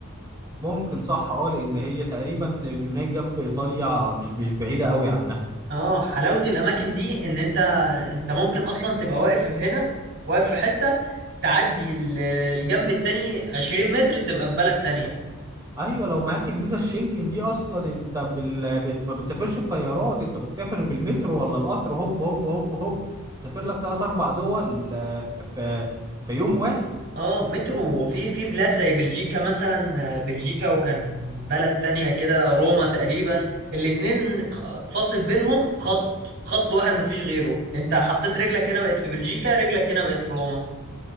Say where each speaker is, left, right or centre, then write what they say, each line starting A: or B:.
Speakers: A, on the right (about 20°); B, on the right (about 50°).
A: ممكن صح اه لان هي تقريبا اليونان جنب ايطاليا مش مش بعيده قوي عنها
B: اه حلاوة الاماكن دي ان انت انت ممكن اصلا تبقى واقف هنا واقف في حتة تعدي ال- الجنب التاني 20 متر تبقى في بلد تانية
A: ايوه لو معاك الفيزا الشنجن دي اصلا انت بال... بت... ما بتسافرش بطيارات انت بتسافر بالمترو ولا القطر هوب هوب هوب هوب تسافر لك ثلاث اربع دول آه، في في يوم واحد
B: اه مترو وفي في بلاد زي بلجيكا مثلا آه، بلجيكا وكان بلد تانية كده روما تقريبا الاتنين خ- فاصل بينهم خط خط واحد مفيش غيره انت حطيت رجلك هنا بقت في بلجيكا رجلك هنا بقت في روما